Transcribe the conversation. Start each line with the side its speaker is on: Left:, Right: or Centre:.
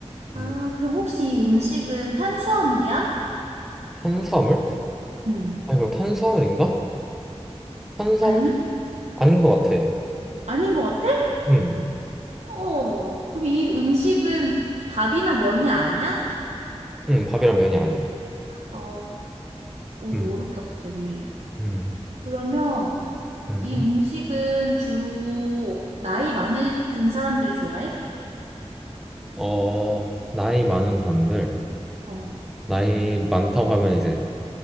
Right: 아,
Centre: 음,
Right: 그럼 혹시 이 음식은 탄수화물이야?
Centre: 탄수화물?
Right: 응.
Centre: 아 이거 탄수화물인가? 탄수화물?
Right: 아니야?
Centre: 아닌 것 같아.
Right: 아닌 것 같아?
Centre: 음,
Right: 어, 그럼 이 음식은 밥이나 면이 아니야?
Centre: 음, 밥이랑 면이 아니야.
Right: 어, 오, 이거
Centre: 음,
Right: 어렵다, 갑자기.
Centre: 음,
Right: 그러면
Centre: 음.
Right: 이 음식은 주로 나이 많은 든 사람들이 좋아해?
Centre: 어, 나이 많은 사람들,
Right: 어,
Centre: 나이 많다고 하면 이제